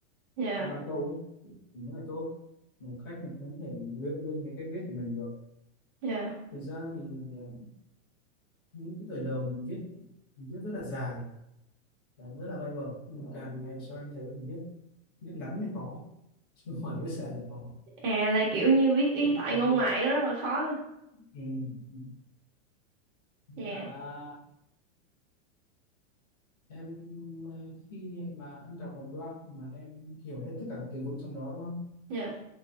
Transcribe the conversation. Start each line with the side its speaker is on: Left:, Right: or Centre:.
Right: Dạ.
Left: hai ba câu ấy, thì nó là tốt một cách này cũng có thể luyện luôn cái cách viết của mình được
Right: Dạ.
Left: thực ra thì ờ, những cái thời đầu mình viết mình viết rất là dài và rất là bay bổng nhưng mà càng ngày sau anh thấy mình viết viết ngắn mới khó chứ không phải viết dài là khó
Right: À là kiểu như viết ý đại
Left: Ờ,
Right: ngôn ngoại đó rất là khó.
Left: ừ. Ừ.
Right: Dạ.
Left: Và em ờ, khi mà em đọc một đoạn mà em hiểu hết tất cả các từ vựng trong đó đúng không
Right: Dạ.